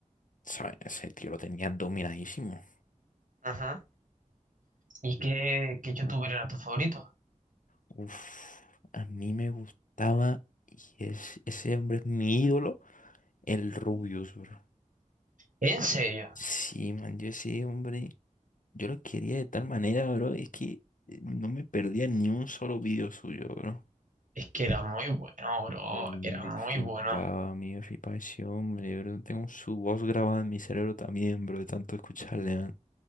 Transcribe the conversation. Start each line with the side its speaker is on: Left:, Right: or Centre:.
Left: ¿sabes? Ese tío lo tenía dominadísimo.
Right: Ajá. ¿Y qué, qué youtuber era tu favorito?
Left: Uf, a mí me gustaba, y es, ese hombre es mi ídolo, el Rubius, bro.
Right: ¿En serio?
Left: Sí, man, yo ese hombre, yo lo quería de tal manera, bro, es que eh, no me perdía ni un solo video suyo, bro.
Right: Es que era muy bueno, bro.
Left: Bro, me
Right: Era muy
Left: Flipaba,
Right: bueno.
Left: a mí me flipaba ese hombre, bro. Tengo su voz grabada en mi cerebro también, bro, de tanto escucharle, man.